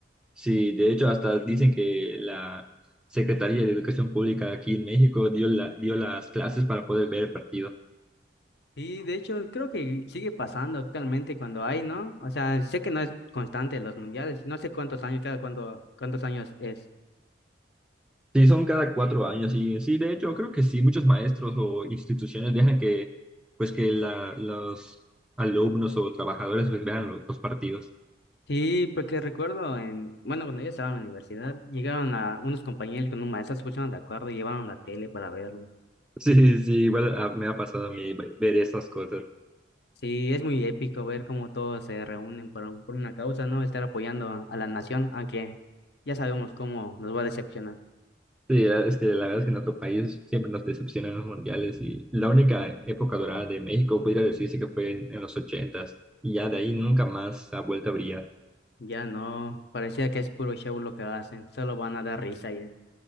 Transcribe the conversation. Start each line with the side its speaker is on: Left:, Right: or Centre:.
Centre: Sí, de hecho, hasta dicen que la Secretaría de Educación Pública aquí en México dio la, dio las clases para poder ver el partido.
Left: Sí, de hecho, creo que sigue pasando actualmente cuando hay, ¿no? O sea, sé que no es constante los mundiales, no sé cuántos años, cada cuánto, cuántos años es.
Centre: Sí, son cada cuatro años y sí, de hecho, creo que sí, muchos maestros o instituciones dejan que, pues, que la- los alumnos o trabajadores pues, vean lo- los, partidos. <laughs>
Left: Sí, porque recuerdo en, bueno, cuando yo estaba en la universidad, llegaron a unos compañeros con un maestro, se pusieron de acuerdo y llevaron la tele para verlo.
Centre: Sí, sí, sí, igual ah, me ha pasado a mí ver esas cosas.
Left: Sí, es muy épico ver cómo todos se reúnen por, un- por una causa, ¿no? Estar apoyando a, a la nación, aunque ya sabemos cómo nos va a decepcionar.
Centre: Sí, la- es que la verdad es que en nuestro país siempre nos decepcionan los mundiales y la única época dorada de México podría decirse que fue en, en los ochentas y ya de ahí nunca más ha vuelto a brillar.
Left: Ya no, parecía que es puro show lo que hacen, solo van a dar risa ya.